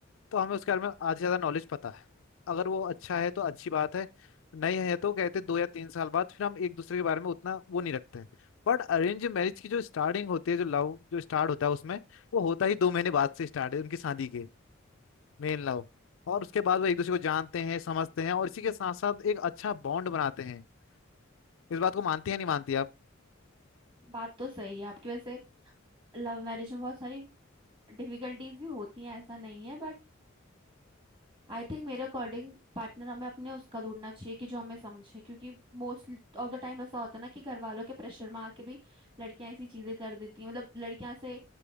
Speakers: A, on the left; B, on the right.
A: तो हमें उसके बारे में आधे से ज्यादा नॉलेज पता है अगर वो अच्छा है तो अच्छी बात है नहीं है तो कहते दो या तीन साल बाद फिर हम एक दूसरे के बारे में उतना वो नहीं रखते हैं बट अरेंज मैरिज की जो स्टार्टिंग होती है जो लव जो स्टार्ट होता है उसमें वो होता ही दो महीने बाद से स्टार्ट है उनकी शादी के मेन लव और उसके बाद वो एक दूसरे को जानते हैं समझते हैं और इसी के साथ साथ एक अच्छा बॉन्ड बनाते हैं इस बात को मानती है नहीं मानती आप
B: बात तो सही है आपकी वैसे लव मैरिज में बहुत सारी डिफिकल्टीज भी होती हैं ऐसा नहीं है बट आई थिंक मेरे अकॉर्डिंग पार्टनर हमें अपने उसका ढूंढना चाहिए कि जो हमें समझे क्योंकि मोस्ट ऑफ द टाइम ऐसा होता है ना कि घर वालों के प्रेशर में आके भी लड़कियां ऐसी चीजें कर देती हैं मतलब लड़कियां से